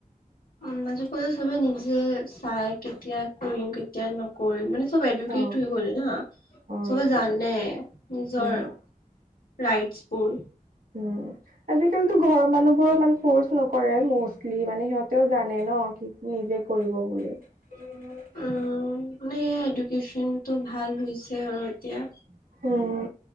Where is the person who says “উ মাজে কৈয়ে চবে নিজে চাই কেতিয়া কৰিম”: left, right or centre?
Left